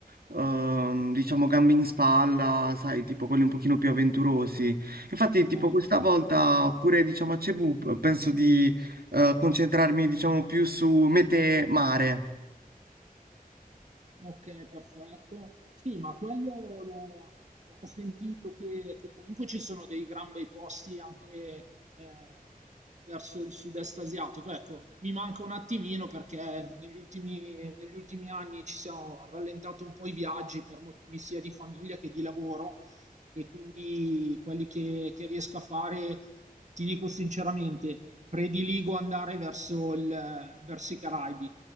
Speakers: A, on the right; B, on the right.
A: ehm, diciamo, gambe in spalla, sai, tipo quelli un pochino più avventurosi. Infatti,
B: Cioè,
A: tipo, questa volta pure, diciamo, a Cebu p- penso di, eh, concentrarmi, diciamo, più su mete mare.
B: Ok, perfetto. Sì, ma quello lo- ho sentito che, che comunque ci sono dei gran bei posti anche eh, verso il sud-est asiatico. Ecco, mi manca un attimino perché negli ultimi, negli ultimi anni ci siamo rallentati un po' i viaggi per motivi sia di famiglia che di lavoro e quindi quelli che, che riesco a fare, ti dico sinceramente, prediligo andare verso il- verso i Caraibi.